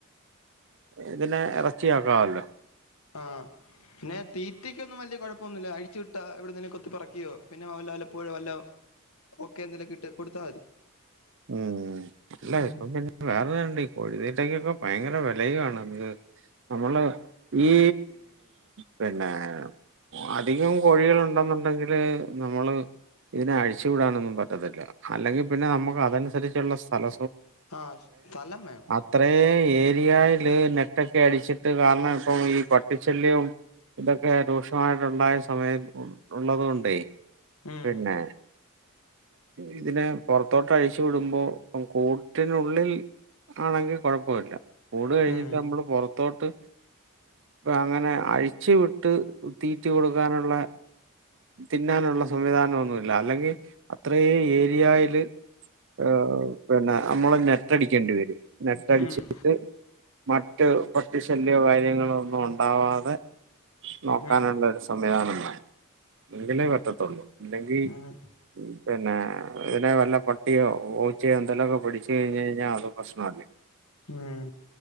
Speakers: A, on the right; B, on the left.
A: ഇതിനെ ഇറച്ചിയാക്കാമല്ലോ
B: ആഹ് പിന്നെ തീറ്റയ്ക്കൊന്നും വല്ല്യ കുഴപോന്നുല്യമ ഇല്ല അഴിചുവിട്ട എവിടുന്നന്നെ കൊത്തി പറക്കിയോ പിന്നെ വല്ല വല്ലപ്പോഴോ വല്ലോ ഓക്കെ എന്തേലും കിട്ട് കൊടുത്താൽ മതി
A: മ് ല്ല്യഇപിന്നെ
B: ഉം.
A: വേറെര്ത്ണ്ട് ഈ കോഴതീറ്റക്കൊക്കെ ഭയങ്കര വിലയണ്ന്ന് നമ്മള് ഈ പിന്നെ അധികം കോഴികൾ ഉണ്ടെന്നുണ്ടെങ്കില് നമ്മള് ഇതിനെ അഴിച്ചു വിടാനൊന്നും പറ്റത്തില്ല അല്ലെങ്കിൽ പിന്നെ നമുക്ക് അതനുസരിച്ചുള്ള സ്ഥല
B: ആഹ് സ്ഥലം വേണം
A: ഇത്രേ ഏരിയയില് നെറ്റ്ക്കെ അടിച്ചിട്ട് കാരണം ഇപ്പം ഈ പട്ടി ശല്ല്യം ഇതൊക്കെ രൂക്ഷമായിട്ട ഉണ്ടായ സമയ ഉള്ളതു കൊണ്ടേ,
B: ഉം.
A: പിന്നെ ഇതിനെ പുറത്തോട്ട് അയി ച്ചുടുമ്പോ കൂട്ടിനുള്ളിൽ ആണെങ്കിൽ കുഴപ്പല്ല കൂട് കഴിഞ്ഞിട്ട്
B: ഉം.
A: നമ്മള് പുറ തോട്ട് അങ്ങനെ അഴിച്ചു വിട്ട് തീറ്റി കൊടുക്കാനുള്ള തിന്നാനുള്ള സംവിധാനം ഒന്നുല്ല അല്ലെങ്കി അത്രയ ഏരിയായിൽ ഏഹ് പിന്നെ നമ്മള് നെറ്റ്ടിക്കേണ്ടി വരും നെറ്റ്ടിച്ചിട്ട്
B: ഉം.
A: മറ്റ് പട്ടിശല്യോ കാര്യങ്ങളോ ഒന്നും ഉണ്ടാവാതെ നോക്കാനുള്ള
B: ഉം.
A: സ് സംവിധാന വേണം എങ്കിലേ പറ്റത്തുള്ളൂ ഇല്ലെങ്കി
B: ഉം.
A: പിന്നെ ഇതിനെ വല്ല പ പട്ടിയോ പൂച്ചയോ എന്തെലൊക്കെ പിഠിച്ചു കഴിഞ്ഞ്ഴിഞ് കഴിഞ്ഞാൽ അത് പ്രശ്നാ ല്ലെ
B: ഉം.